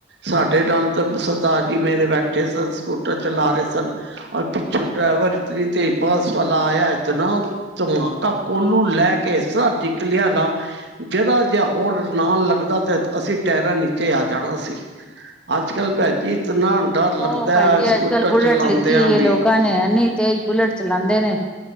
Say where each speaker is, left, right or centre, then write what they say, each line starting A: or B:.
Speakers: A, on the right; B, in the centre.
A: ਸਾਡੇ ਨਾਲ ਤਾਂ ਸਰਦਾਰ ਜੀ ਮੇਰੇ ਬੈਠੇ ਸ ਸਕੂਟਰ ਚਲਾ ਰਹੇ ਸ ਰ ਪਿੱਛੋਂ ਡਰਾਈਵਰ ਇਤਨੀ ਤੇਜ਼ ਬੱਸ ਵਾਲਾ ਆਇਆ ਇਤਨਾ ਧਮਾਕਾ ਕੋਲੂ ਲੈ ਕੇ ਇਸ ਤਰ ਨਿਕਲਿਆ ਨਾ ਜਿਹਦਾ ਜੇ ਹੋਰ ਨਾਲ ਲੱਗਦਾ ਤੇ ਅਸੀਂ ਟੈਰਾਂ ਨੀਚੇ ਆ ਜਾਣਾ ਸੀ। ਅੱਜ ਕੱਲ ਭੈ ਜੀ ਇਤਨਾ ਡਰ ਲੱਗਦਾ
B: ਉਹ ਭੈਣ ਜੀ
A: ਸਕੂਟਰ
B: ਅੱਜ ਕੱਲ ਬੁਲੇਟ
A: ਚਲਾਉਂਦਿਆਂ
B: ਲਿੱਤੀ ਹੋਈ
A: ਵੀ
B: ਹੈ ਲੋਕਾਂ ਨੇ ਐੰਨੀ ਤੇਜ਼ ਬੁਲੇਟ ਚਲਾਉਂਦੇ ਨੇ